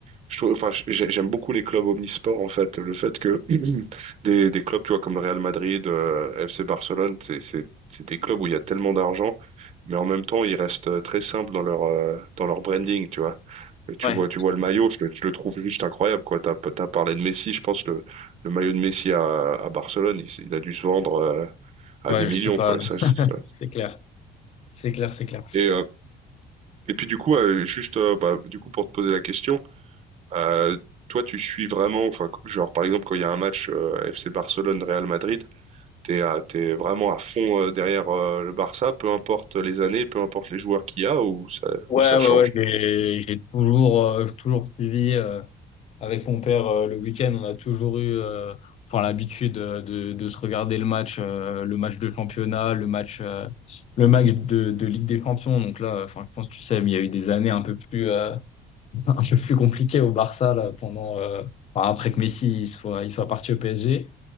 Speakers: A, on the right (about 40°); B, on the left (about 40°).
A: je trouve, enfin, j'ai- j'aime beaucoup les clubs omnisports en fait. Le fait que <clears throat> des, des clubs, tu vois, comme le Real Madrid, euh, FC Barcelone, c'est c'est- c'est des clubs où il y a tellement d'argent, mais en même temps, ils restent euh, très simples dans leur euh, dans leur branding, tu vois. Et Tu
B: Ouais,
A: vois, tu vois le maillot, je, le je le trouve juste incroyable, quoi. T'as, t'as parlé de Messi, je pense le le maillot de Messi à, à Barcelone, il, s- il a dû se vendre euh, à
B: ouais,
A: des
B: je
A: millions,
B: sais pas,
A: quoi.
B: non,
A: Et ça,
B: c'est
A: je- ça-
B: c'est clair, c'est clair, c'est clair.
A: Et euh, et puis du coup, euh, juste, euh, bah, du coup, pour te poser la question. Euh, toi, tu suis vraiment, enfin, genre par exemple quand il y a un match euh, FC Barcelone-Real Madrid, t'es à- t'es vraiment à fond euh, derrière euh, le Barça, peu importe les années, peu importe les joueurs qu'il y a ou ça,
B: Ouais,
A: ou ça
B: ouais,
A: change.
B: ouais, j'ai j'ai toujours, euh, toujours suivi. euh, Avec mon père, euh, le week-end, on a toujours eu euh, enfin, l'habitude euh, de, de se regarder le match, euh, le match de championnat, le match, euh, le match de, de Ligue des Champions. Donc là, enfin, je pense que tu sais, mais il y a eu des années un peu plus, euh, <laughs> un peu plus compliquées au Barça là, pendant, euh, enfin, après que Messi il soit, il soit parti au PSG.